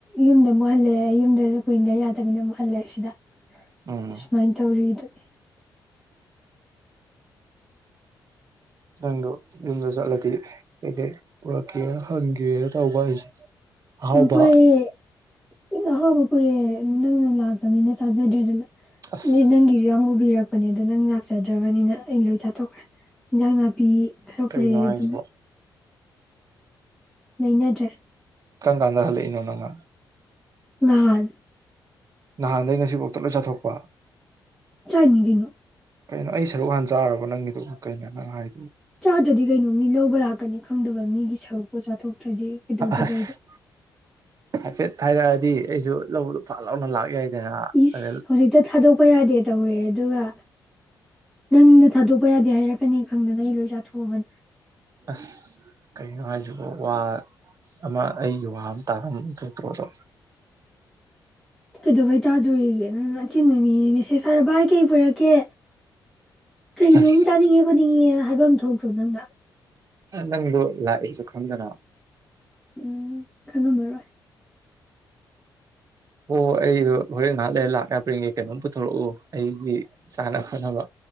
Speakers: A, in the centre; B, on the right (about 45°).
A: ꯌꯨꯝꯗ ꯑꯃꯨꯛ ꯍꯜꯂꯛꯑꯦ ꯌꯨꯝꯗꯁꯨ ꯀꯨꯏꯅ ꯂꯩ ꯌꯥꯗꯕꯅꯤꯅ ꯑꯃꯨꯛ ꯍꯜꯂꯛꯑꯦ ꯁꯤꯗ
B: ꯎꯝ
A: ꯁꯨꯃꯥꯏꯟ ꯇꯧꯔꯦ ꯑꯗꯨꯗꯤ
B: ꯅꯪꯗꯣ ꯌꯨꯝꯗ ꯆꯠꯂꯗꯤ ꯀꯩꯀꯩ ꯄꯨꯔꯛꯀꯦ ꯍꯪꯒꯦꯅ ꯇꯧꯕ ꯑꯩꯁꯦ ꯑꯍꯥꯎꯕ
A: ꯎꯝ ꯄꯨꯔꯛꯑꯦ ꯑꯩꯅ ꯑꯍꯥꯎꯕ ꯄꯨꯔꯛꯑꯦ ꯅꯪꯅ ꯂꯥꯛꯇꯕꯅꯤꯅ ꯆꯥꯖꯗ꯭ꯔꯦꯗꯅ
B: ꯑꯁ
A: ꯅꯤ ꯅꯪꯒꯤ ꯌꯥꯎꯅ ꯄꯨꯕꯤꯔꯛꯄꯅꯦ ꯑꯗꯣ ꯅꯪ ꯂꯥꯛꯆꯗ꯭ꯔꯕꯅꯤꯅ ꯑꯩ ꯂꯣꯏ ꯆ ꯇꯧꯈ꯭ꯔꯦ ꯏꯟꯖꯥꯡ ꯅꯥꯄꯤ ꯈꯔ
B: ꯀꯩꯅꯣ
A: ꯄꯨꯔꯛꯑꯦ
B: ꯍꯥꯏꯁꯤꯕꯣ
A: ꯑꯗꯨꯝ ꯅꯩꯅꯗ꯭ꯔꯦ
B: ꯀꯝ ꯀꯥꯟꯗ ꯍꯜꯂꯛꯏꯅꯣ ꯅꯪꯅ
A: ꯉꯍꯥꯟ
B: ꯅꯍꯥꯟꯗꯒꯤ ꯉꯁꯤꯕꯧꯇ ꯂꯣꯏ ꯆꯥꯊꯣꯛꯄ
A: ꯆꯥꯏꯅꯤ ꯀꯩꯅꯣ
B: ꯀꯩꯅꯣ ꯑꯩ ꯁꯔꯨꯛ ꯍꯥꯟ ꯆꯥꯔꯕꯣ ꯅꯪꯒꯤꯗꯨꯕꯨ ꯀꯩꯅꯣ ꯅꯪ ꯍꯥꯏ
A: ꯆꯥꯗ꯭ꯔꯗꯤ ꯀꯩꯅꯣ ꯃꯤ ꯂꯧꯕ ꯂꯥꯛꯀꯅꯤ ꯈꯪꯗꯕ ꯃꯤꯒꯤ ꯁꯔꯨꯛꯄꯨ ꯆꯥꯊꯣꯛꯇ꯭ꯔꯗꯤ ꯀꯩꯗꯧꯗꯣꯏꯕ
B: ꯑꯁ
A: ꯑꯩꯗꯤ
B: ꯍꯥꯏꯐꯦꯠ ꯍꯥꯏꯔꯛꯑꯗꯤ ꯑꯩꯁꯨ ꯂꯧꯕꯗꯣ ꯐꯠ ꯂꯥꯎꯅ ꯂꯥꯛ ꯌꯥꯏꯗꯅ
A: ꯏꯁ
B: ꯑꯗ
A: ꯍꯧꯖꯤꯛꯇ ꯊꯥꯗꯣꯛꯄ ꯌꯥꯗꯦ ꯇꯧꯔꯦ ꯑꯗꯨꯒ ꯅꯪꯅ ꯊꯥꯗꯣꯛ ꯄ ꯌꯥꯗꯦ ꯍꯥꯏꯔꯛꯀꯅꯤ ꯈꯪꯗꯅ ꯑꯩ ꯂꯣꯏ ꯆꯥꯊꯣꯛꯑꯕꯅꯦ
B: ꯑꯁ ꯀꯩꯅꯣ ꯍꯥꯏꯁꯤꯕꯣ ꯋꯥ ꯑꯃ ꯑꯩꯒꯤ ꯋꯥ ꯑꯃ ꯇꯥꯐꯝ ꯊꯣꯛꯇ꯭ꯔꯣ <inaudible>
A: ꯀꯩꯗꯧꯕꯩ ꯇꯥꯗꯣꯔꯤꯒꯦ ꯅꯪ ꯑꯆꯤꯟꯕ ꯃꯤꯅꯤ ꯃꯦꯁꯦꯖ ꯊꯥꯔꯒ ꯚꯥꯏ ꯀꯩ ꯄꯨꯔꯛ ꯀꯦ ꯀꯩꯅꯣꯝ
B: ꯑꯁ
A: ꯆꯥꯅꯤꯡꯉꯦ ꯈꯣꯠꯅꯤꯡꯉꯦ ꯍꯥꯏꯐꯝ ꯊꯣꯛꯇ꯭ꯔꯣ ꯅꯪꯅ
B: ꯅꯪꯗꯣ ꯂꯥꯛꯑꯦꯁꯨ ꯈꯪꯗꯅ
A: ꯎꯝ ꯈꯪꯉꯝꯃꯔꯣꯢ
B: ꯑꯣ ꯑꯣ ꯑꯩ ꯍꯣꯔꯦꯟ ꯉꯥꯢꯍꯥꯛ ꯂꯩꯔ ꯂꯥꯛ ꯌꯥꯕ꯭ꯔ ꯌꯦꯡꯒꯦ ꯀꯩꯅꯣꯝ ꯄꯨꯊꯣꯔꯛꯎ ꯑꯩꯒꯤ ꯆꯥꯟꯅ ꯈꯣꯠꯅꯕ